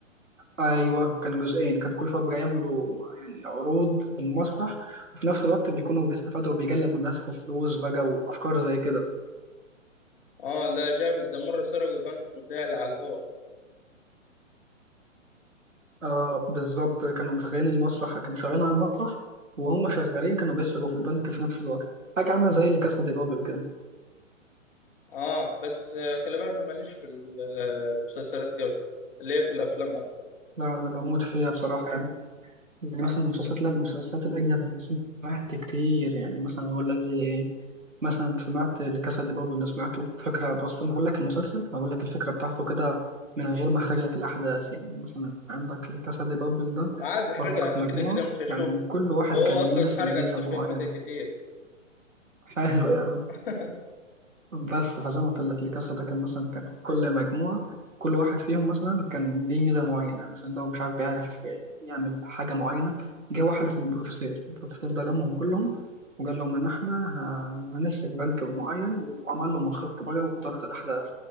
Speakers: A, on the right; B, on the left.
A: ايوه كان جزئين كان كل شويه بيعملوا يعني عروض في المسرح وفي نفس الوقت بيكونوا بيستفادوا وبيجلبوا الناس في فلوس بقى وافكار زي كده
B: اه لا جامد ده مره سرقوا بنك متهيألي على الهوا
A: آه بالظبط كانوا مشغلين المسرح كانوا شغالين على المسرح وهم شغالين كانوا بيسرقوا في البنك في نفس الوقت حاجه عامله زي اللي كاسا دي بابل كده
B: اه بس آه، خلي بالك انا ماليش في ال- آه، المسلسلات قوي اللي هي في الافلام اكتر
A: لا انا بموت فيها بصراحه يعني يعني مثلا المسلسلات لا المسلسلات الاجنبيه انا سمعت كتير يعني مثلا اقول لك زي ايه مثلا سمعت لكاسا دي بابل اللي سمعته فكرة بس أنا بقول لك المسلسل هقول لك الفكرة بتاعته كده من غير ما أحرق لك الأحداث يعني مثلا عندك لكاسا دي بابل ده
B: عادي احرقها
A: برضه كانت
B: انا
A: مجموعة
B: كده كده مش هشوفه
A: يعني كل واحد
B: وهو
A: كان
B: اصلا
A: ليه مثلا
B: اتحرق
A: ميزة
B: على السوشيال
A: معينة
B: ميديا كتير
A: حلو يعني
B: <laughs>
A: بس فزي ما قلت لك الكاسة ده كان مثلا كان كل مجموعة كل واحد فيهم مثلا كان ليه ميزة معينة مثلا ده هو مش عارف بيعرف يعمل حاجة معينة جه واحد اسمه البروفيسور البروفيسور ده لمهم كلهم وقال لهم إن إحنا ه- هنسلك بنك معين وعمل لهم الخطة بقى وإدارة الأحداث